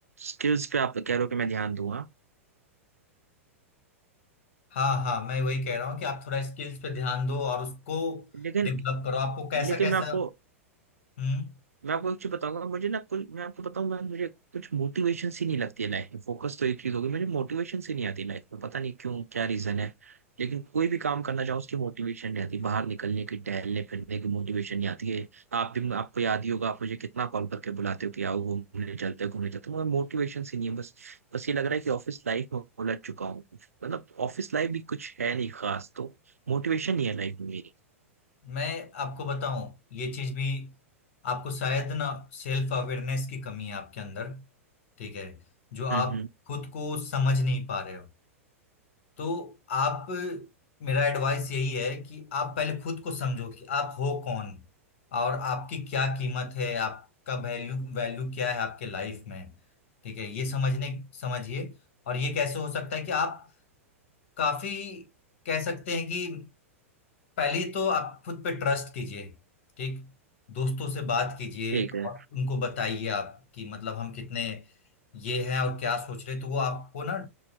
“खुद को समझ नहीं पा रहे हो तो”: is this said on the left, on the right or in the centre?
Left